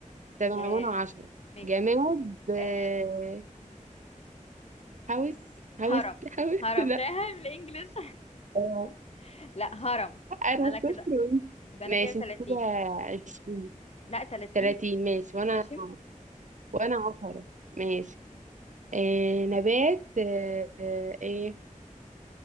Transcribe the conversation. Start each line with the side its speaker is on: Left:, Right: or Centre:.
Right: تمام
Left: آه
Right: وأنا عشرة
Left: ماشي
Right: جماد آه
Left: آه
Right: هوس
Left: هرم
Right: هوس هوس
Left: هرم
Right: <laughs> لا
Left: لا <laughs> بالانجلش
Right: آه،
Left: <laughs> لا هرم
Right: أنا
Left: انا
Right: صفر
Left: كده
Right: وأنت
Left: يبقى انا
Right: ماشي
Left: كده 30
Right: أنت كده عشرين
Left: لا 30
Right: تلاتين ماشي وأنا
Left: ماشي
Right: وأنا عشرة ماشي آه نبات آه آه، إيه